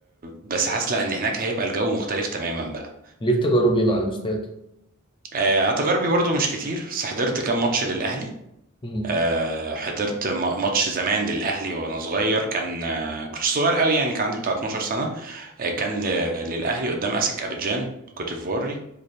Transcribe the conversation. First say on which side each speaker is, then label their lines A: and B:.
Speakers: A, on the right; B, on the left.
A: بس حاسس لا ان هناك هيبقى الجو مختلف تماما بقى
B: ليك تجاربي مع الاستاد
A: آه، انا تجاربي برضو مش كتير بس حضرت كام ماتش للاهلي
B: مم.
A: آه، حضرت م- ماتش زمان للاهلي وانا صغير كان آه، كنت صغير قوي يعني كان عندي بتاع 12 سنه آه، كان ل- للاهلي قدام اسك ابيجان كوت ديفواري